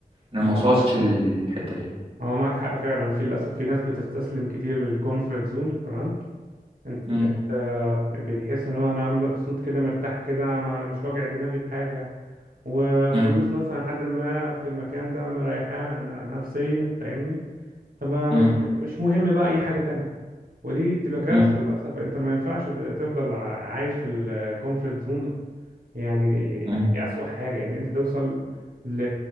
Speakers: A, on the right; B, on the right.
A: أنا ما
B: هو
A: أوصلش
B: معاك
A: لل- للحتة دي
B: هو معاك حق فعلا في للاسف في ناس بتستسلم كتير للكونفرت زون تمام انت
A: مم.
B: انت بتحس ان هو انا مبسوط كده مرتاح كده ما مش واجع دماغي بحاجه وفلوس
A: مم.
B: مثلا حد ما في المكان ده مريحاه ن- نفسيا فاهمني طب أنا
A: مم.
B: م- مش مهم بقى اي حاجه تانية ودي تبقى كارثه
A: مم.
B: للاسف انت ما ينفعش ت- تفضل ع- عايش في الكومفورت زون يعني دي
A: مم.
B: دي اسوأ حاجه ان انت توصل ل...